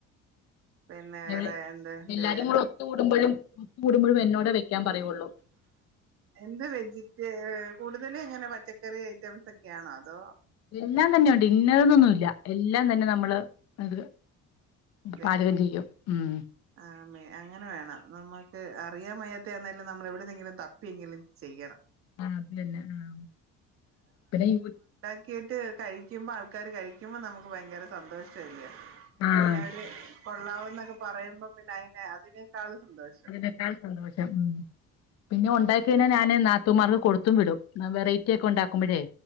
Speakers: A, on the right; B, on the left.
A: പിന്ന വേറെ
B: എവിടെ-
A: എന്ത്ണ്ട്
B: എല്ലാരും കൂടെ ഒത്തു കൂടുമ്പോഴും ഒത്തു കൂടുമ്പോഴും എന്നോടെ വെക്കാൻ പറയുള്ളൂ
A: എന്ത് വെജിറ്റേ കൂടുതലും ഇങ്ങനെ പച്ചക്കറി ഐറ്റംസ് ഒക്കെയാണോ അതോ
B: എല്ലാം തന്നെയ ഉണ്ട് ഇന്ന തെന്നൊന്നും ഇല്ല എല്ലാം തന്നെ നമ്മള് അത്
A: വെക്കും
B: പാചകം ചെയ്യും ഉം
A: ആമ്മേ അങ്ങനെ വേണം നമ്മുക്ക് അ അറിയാ മയ്യാത്തെ ആന്നേലും നമ്മൾ എവിടെുന്നെങ്കിലും തപ്പിയെങ്കിലും ചെയ്യണം
B: ആഹ് അതെന്നെ ആഹ് പിന്നെ യൂ
A: ക്കിട്ട് കഴിക്കുമ്പോ ആൾക്കാര് കഴിക്കുമ്പോ നമുക്ക് ഭയങ്കര സന്തോഷല്ലയോ
B: ആഹ്
A: ന്നവര് കൊള്ളാവുന്നൊക്കെ പറയുമ്പോ പിന്നെ അതിനെ അതിനേക്കാളും സന്തോഷം
B: അതിനേക്കാൾ സന്തോഷം പിന്നെ ഒണ്ടാക്കികഴിഞ്ഞാൽ ഞാന് നാ ത്തൂമാർക്ക് കൊടുത്തും വിടും വെറൈറ്റി ഒക്കെ ഉണ്ടാക്കുമ്പോഴേ